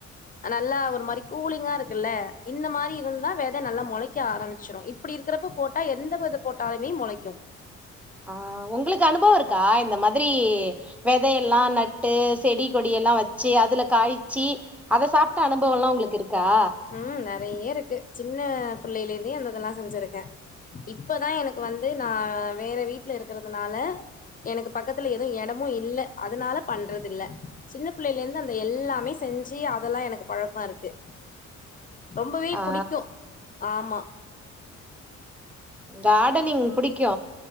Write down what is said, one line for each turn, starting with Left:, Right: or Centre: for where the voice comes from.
Left: நல்லா ஒரு மாரி கூலிங்கா இருக்குல்ல இந்த மாரி இருந்தா வெத நல்லா மொளைக்க ஆரமிச்சிரு இப்டி இருக்கிறப்ப போட்டா எந்த வெத போட்டாலுமே மொளைக்கு
Centre: ஆ உங்களுக்கு அனுபவ இருக்கா இந்த மாத்ரி வெதயெல்லா நட்டு செடி கொடியெல்லா வெச்சி அதுல காய்ச்சி அத சாப்ட்ட அனுபவலா உங்களுக்கு இருக்கா
Left: ம் நெறையருக்கு சின்ன பிள்ளையிலருந்தே அந்த இதெல்லா செஞ்சிருக்கே இப்பதா எனக்கு வந்து நா வேற வீட்ல இருக்றதுனால எனக்கு பக்கத்துல எது எடமு இல்ல அதனால பண்றது இல்ல சின்ன பிள்ளைல இருந்து அந்த எல்லாமே செஞ்சு அதெல்லா எனக்கு பழக்கோ இருக்கு ரொம்பவே
Centre: ஆ
Left: புடிக்கு ஆமா
Centre: கார்டனிங் புடிக்கு